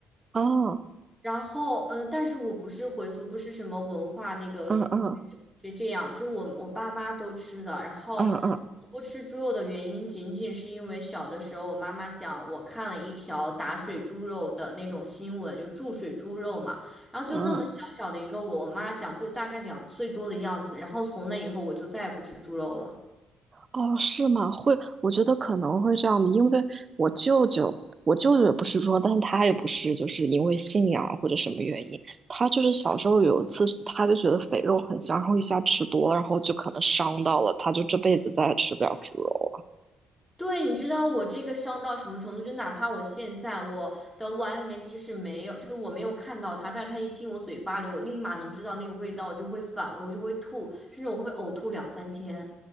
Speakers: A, on the right (about 30°); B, in the centre.
A: 啊，
B: 然后嗯，但是我不是回族，不是什么文化那个嗯
A: 嗯嗯
B: 这这样，就是我我爸妈都吃的，然后
A: 嗯嗯
B: 不吃猪肉的原因，仅仅是因为小的时候，我妈妈讲，我看了一条打水猪肉的那种新闻，就注水猪肉嘛。然后就那么小小的一个我，
A: 嗯。
B: 我妈讲就大概两岁多的样子。然后从那以后，我就再也不吃猪肉了。
A: 哦，是吗？会，我觉得可能会这样的，因为我舅舅，我舅舅也不是说，但是他也不是，就是因为信仰或者什么原因，他就是小时候有一次，他就觉得肥肉很香，然后一下吃多了，然后就可能伤到了，他就这辈子再也吃不了猪肉了。
B: 对，你知道我这个伤到什么程度？就哪怕我现在我的碗里面即使没有，就是我没有看到它，但是它一进我嘴巴里，我立马能知道那个味道，我就会反胃，我就会吐，甚至我会呕吐两三天。